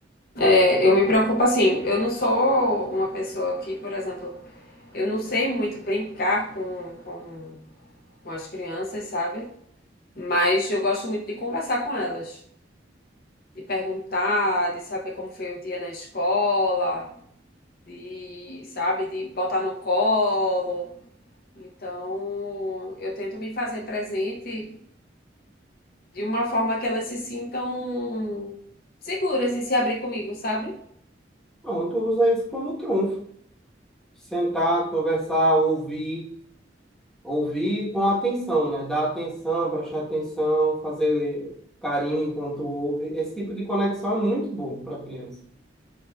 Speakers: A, on the left (about 55°); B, in the centre.
A: É, eu me preocupo assim, eu não sou uma pessoa que, por exemplo, eu não sei muito brincar com, com, com as crianças, sabe? Mas eu gosto muito de conversar com elas, de perguntar, de saber como foi o dia na escola, de, sabe, de botar no colo. Então, eu tento me fazer presente de uma forma que elas se sintam seguras em se abrir comigo, sabe?
B: Pronto, usa isso como trunfo. Sentar, conversar, ouvir. Ouvir com atenção, né? Dar atenção, prestar atenção, fazer carinho enquanto ouve. Esse tipo de conexão é muito bom para a criança.